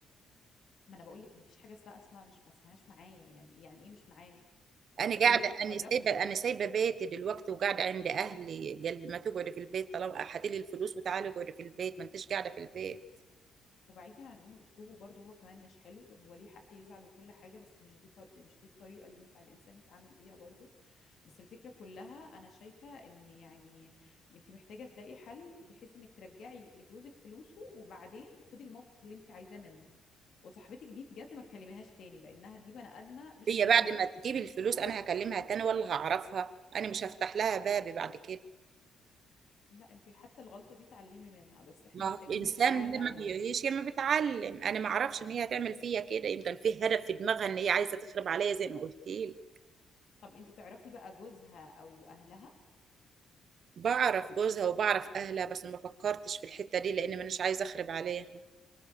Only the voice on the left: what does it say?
ما انا بقول لك مفيش حاجة اسمها اسمها مش ما اسمهاش معايا يعني يعني ايه مش معايا
اتس-
قولي لها اتصرفي
وبعيدا عن انه اسلوبه برضه هو كمان مش حلو هو ليه حق يزعل وكل حاجه بس مش دي طر... مش دي الطريقه اللي ينفع الانسان يتعامل بيها برضه بس الفكره كلها انا شايفه ان يعني انت محتاجه تلاقي حل بحيث انك ترجعي لجوزك فلوسه وبعدين خدي الموقف اللي انت عايزاه منه وصاحبتك دي بجد ما تكلميهاش تاني لانها دي بني ادمه مش
طبيعيه
لا انت حتى الغلطه دي اتعلمي منها بس احنا
محتاجين
نحلها
الاول
طب انت تعرفي بقى جوزها او اهلها